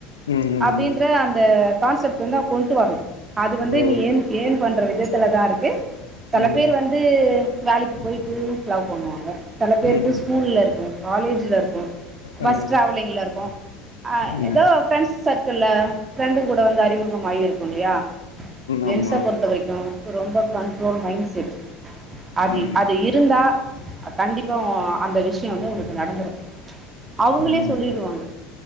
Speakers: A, on the left; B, on the right.
A: ம் ம்
B: அப்டின்
A: ம்
B: ன்ற அந்த கான்செப்ட் வந்து அ கொண்டு வரணு அது வந்து
A: ஓ
B: நீ ஏர்ன் ஏர்ன் பண்ற விதத்துலதா இருக் செல
A: ம்
B: பேர் வந்து வேலைக்கு போயிட்டு லவ் பண்ணுவாங்க செல பேருக்கு
A: ம்
B: ஸ்கூல்ல இருக்கு காலேஜ்ல இருக்கு பஸ்
A: ஆ
B: டிராவலிங்ல இருக்கு ஆ
A: ம் ம்
B: எதோ ஃப்ரெண்ட்ஸ் சர்க்கிள்ல ஃப்ரெண்டு கூட வந்து அறிமுகமாயி இருக்குல்லையா ஜென்ச
A: ஆமா
B: பொறுத்த வரிக்கு ரொம்ப கண்ட்ரோல் மைண்ட் செட் அது
A: ஆ
B: அது இருந்தா கண்டிப்பா அந்த விஷயோ வந்து உங்களுக்கு நடந்துரு அவுங்ளே
A: ம்
B: சொல்லிடுவாங்க